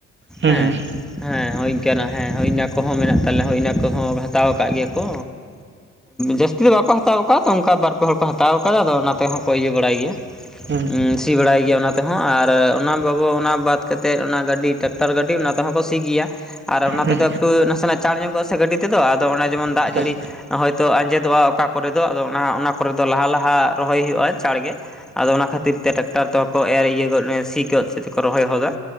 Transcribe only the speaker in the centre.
ᱦᱮᱸ᱾
ᱦᱮᱸ ᱦᱳᱭ ᱤᱱᱠᱟᱹᱱᱟᱜ ᱦᱮᱸ ᱦᱳᱭ ᱤᱱᱟᱹ ᱠᱚᱦᱚᱸ ᱢᱮᱱᱟᱜ ᱛᱟᱞᱮᱭᱟ ᱦᱳᱭ ᱤᱱᱟᱹ ᱠᱚᱦᱚᱸ ᱦᱟᱛᱟᱣ ᱠᱟᱜ ᱜᱮᱭᱟ ᱠᱚ᱾ ᱡᱟᱹᱥᱛᱤ ᱫᱚ ᱵᱟᱠᱚ ᱦᱟᱛᱟᱣ ᱠᱟᱫ ᱚᱱᱠᱟ ᱵᱟᱨ ᱯᱮ ᱦᱚᱲ ᱠᱚ ᱦᱟᱛᱟᱣ ᱠᱟᱫᱟ ᱟᱫᱚ ᱚᱱᱟ ᱛᱮᱦᱚᱸ ᱠᱚ ᱤᱭᱟᱹ ᱵᱟᱲᱟᱭ ᱜᱮᱭᱟ᱾
ᱩᱸ ᱥᱤ ᱵᱟᱲᱟᱭ ᱜᱮᱭᱟ ᱚᱱᱟ ᱛᱮᱦᱚᱸ ᱟᱨ ᱚᱱᱟ ᱵᱟᱵᱚ ᱚᱱᱟ ᱵᱟᱫ ᱠᱟᱛᱮᱫ ᱚᱱᱟ ᱜᱟᱹᱰᱤ ᱴᱮᱠᱴᱚᱨ ᱜᱟᱰᱤ ᱚᱱᱟ ᱛᱮᱦᱚᱸ ᱠᱚ ᱥᱤ ᱜᱮᱭᱟ ᱟᱨ ᱚᱱᱟ
ᱛᱮᱫᱚ ᱮᱠᱴᱩ ᱱᱟᱥᱮᱱᱟᱜ ᱪᱟᱬ ᱧᱚᱜᱚᱜᱼᱟ ᱥᱮ ᱜᱟᱹᱰᱤ ᱛᱮᱫᱚ ᱟᱫᱚ ᱚᱱᱟ ᱡᱮᱢᱚᱱ ᱫᱟᱜ
ᱡᱟᱹᱲᱤ ᱦᱚᱭᱛᱚ ᱟᱸᱡᱮᱫᱚᱜᱼᱟ ᱚᱠᱟ ᱠᱚᱨᱮ ᱫᱚ ᱟᱫᱚ ᱚᱱᱟ ᱚᱱᱟ ᱠᱚᱨᱮ ᱫᱚ ᱞᱟᱦᱟ ᱞᱟᱦᱟ ᱨᱚᱦᱚᱭ ᱦᱩᱭᱩᱜᱼᱟ ᱪᱟᱸᱲ ᱜᱮ᱾ ᱟᱫᱚ ᱚᱱᱟ ᱠᱷᱟᱛᱤᱨ ᱛᱮ ᱴᱮᱠᱴᱟᱨ ᱛᱮᱦᱚᱸ ᱠᱚ ᱮᱨ ᱤᱭᱟᱹ ᱜᱚᱫ ᱥᱤ ᱜᱚᱫ ᱥᱮ ᱛᱮᱠᱚ ᱨᱚᱦᱚᱭ ᱦᱚᱫᱟ᱾